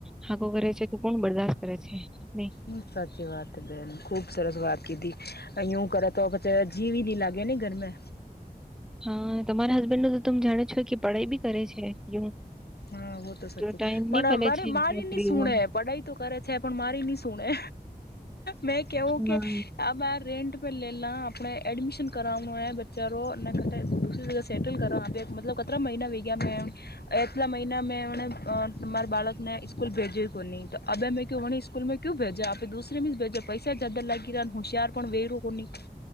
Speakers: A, in the centre; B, on the left.
A: હાકો કરે છે તો કોણ બરદાશત કરે છે નહી
B: હ સાચી વાત બેન ખૂબ સરસ વાત કીધી. અહી આવુ કરે તોજીવ ને લાગે ને ઘરમે
A: હ તમારા હસબેન્ડ નું તો તમે જાણો જ છો કે પઢાઈ બી કરે છે એવું
B: હા વ તો સાચી
A: ટાઈમ નહી
B: પણ
A: મળે
B: મારે
A: છે
B: મારી
A: નોકરી
B: નહી સુણે
A: નો
B: પડાઈ તો કરે છે પણ મારી નની સુણે મેં કવું
A: હા
B: કે આ બા રેન્ટ લ લ આપણે એડમિશન કરાવનું બચારો ના ક દરી જગ સેટલ કરાત સત્ર મહિના વી ગયા મે એ. પિછલા મહિના મેંને તમા મા બાળકને સ્કૂલ ભેજ્યું કો ન તો અભ મેંને સ્કૂલ મેં ક્યુ ભેજ જ આપે દુસરે મજ પૈસા જદા લાગી રહ્યા હોશયાર પણ વે રહો કોહી